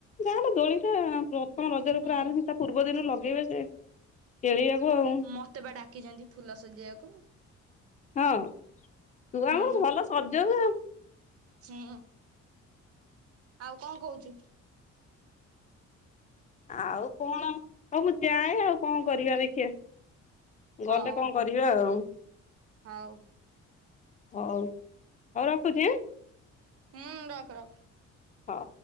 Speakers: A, on the left; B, on the right.
A: ଯାନୁ ଦୋଳିଖେଳା ଯାଆନ୍ତୁ। ମୁଁ ରଜରେ
B: ହୁଁ।
A: ଆରମ୍ଭ ତା ପୂର୍ବ ଦିନ ଲଗେଇବେ ଯେ ଖେଳିବାକୁ ଆଉ
B: ମତେ ପା ଡାକିଚନ୍ତି ଫୁଲ ସଜେଇବାକୁ।
A: ହଁ ତୁ
B: ହୁଁ
A: ଆମର ଭଲ ସଜଉ ଆଉ
B: ହୁଁ ଆଉ କଣ କହୁଛୁ?
A: ଆଉ କଣ ହଉ ମୁଁ ଯାଏ ଆଉ କଣ କରିବା ଦେଖିବା
B: ହଉ
A: ଗଲେ କଣ କରିବା? ଦିବା ଆଉ
B: ହଉ।
A: ହଉ ହଉ ରଖୁଚି।
B: ହୁଁ ରଖ ରଖ।
A: ହଁ।